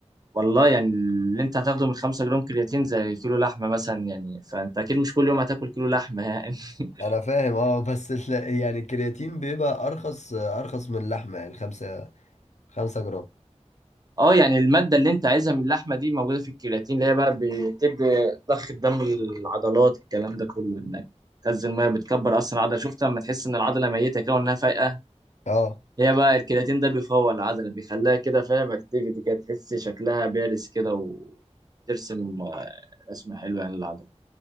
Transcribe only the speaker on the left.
انا فاهم اه بس ال- يعني الكرياتين بيبقى ارخص ارخص من اللحمه يعني خمسة خمسة جرام
اه